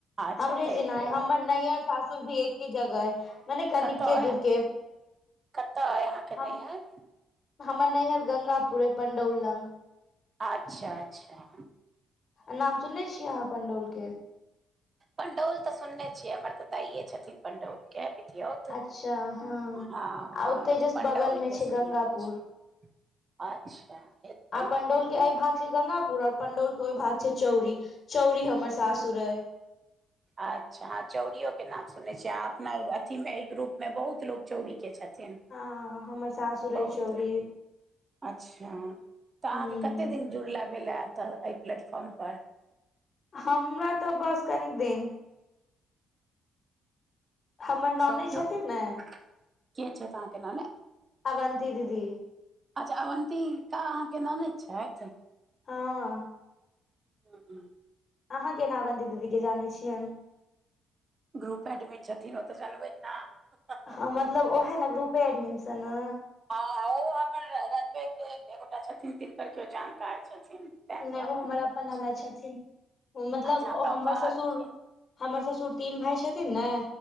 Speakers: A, on the right; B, on the left.
A: अच्छा
B: हमरे
A: ताहि
B: जेना
A: दुआरे
B: ऐ हमर नैहर सासुर भी एक ही जगह ऐ। मने कनिके
A: कतऽ अइ
B: दूर के
A: कतऽ अइ अहाँके नैहर
B: हम हमर नैहर गंगापुर अय पंडौल लंग।
A: अच्छा अच्छा।
B: आ नाम सुनने छीयै अहाँ पंडौल के?
A: पण्डौल तऽ सुनने छियै हमर तऽ दाइये छथिन पण्डौल के पितिऔत
B: अच्छा हँ
A: हँ हँ
B: आ ओते
A: तऽ
B: जस्ट
A: पण्डौलके
B: बगल में छै
A: सुनने
B: गंगापुर
A: छी। अच्छा हेतै,
B: आ पंडौल के
A: हूं।
B: एहि भाग गंगापुर और पंडौल के ओइ भाग छै चौरी चौरी हमर सासुर अय।
A: अच्छा हां चौरियो के नाम सुनने छियै आ अपना ई अथीमे ई ग्रुप में बहुत लोक चौरीके छथिन।
B: हँ हमर सासुर अइ
A: बहुते,
B: चौरी
A: अच्छा तऽ
B: हूँ
A: अहाँके कते दिन? जुड़ला भेलै एतऽ एहि प्लेटफॉर्मपर।
B: हम्मरा तऽ बस कनिक दिन। हमर ननैद
A: सभ
B: छथिन
A: केओ
B: ने
A: के छैथ अहाँके ननैद?
B: अवन्ती दीदी
A: अच्छा अवन्तिका अहाँके ननैद छथि।
B: हँ
A: <unintelligible>
B: अहाँ केना अवंति दीदी के जानै छियैन?
A: ग्रुप एडमिन छथिन ओतऽ जनबैन न।
B: हं मतलब ओहे न ग्रुपे एडमिन स न।
A: हं ओ हमर रनबे के एक गोटा छथिन तिनकर केओ जानकार छथिन। ताहि
B: नहि
A: दुआरे
B: ओ हमर
A: हम करैत
B: अपन ननैद
A: छी।
B: छथिन ओ मतलब
A: अच्छा हमरा ओ
B: हमर
A: कहलखिन
B: ससुर हमर ससुर तीन भाय छथिन ने